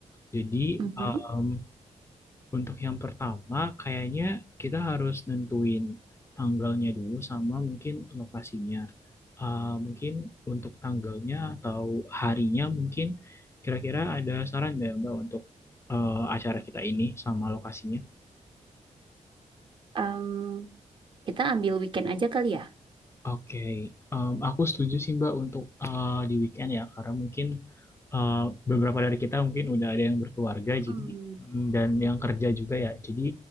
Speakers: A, on the left; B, on the right.
A: Jadi
B: Mhm.
A: um, untuk yang pertama kayaknya kita harus nentuin tanggalnya dulu sama mungkin lokasinya. Uh, mungkin untuk tanggalnya atau harinya mungkin kira-kira ada saran nggak Mbak untuk uh, acara kita ini sama lokasinya?
B: Em, kita ambil weekend aja kali ya.
A: Oke, em, aku setuju sih Mbak untuk eh, di weekend ya, karena mungkin eh, beberapa dari kita mungkin udah ada yang berkeluarga jadi
B: Hmm.
A: mm, dan yang kerja juga ya. Jadi